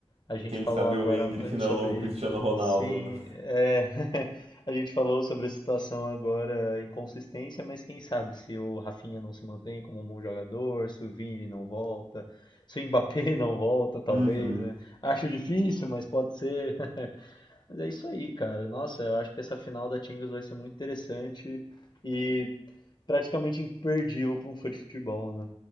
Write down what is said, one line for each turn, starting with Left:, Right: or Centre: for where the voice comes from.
Left: A gente
Right: Quem
Left: falou
Right: sabe
Left: agora
Right: o Endrick
Left: eh,
Right: não
Left: sobre.
Right: é o novo Cristiano Ronaldo,
Left: Sim,
Right: né?
Left: é. <laughs> A gente falou sobre a situação agora, inconsistência, mas quem sabe se o Rafinha não se mantém como um bom jogador, se o Vini não volta, se o Mbappé <laughs> não volta, talvez,
Right: Uhum.
Left: né? Acho difícil, mas pode ser. <laughs> Mas é isso aí, cara. Nossa, eu acho que essa final da Champions vai ser muito interessante e praticamente imperdível para um fã de futebol, né?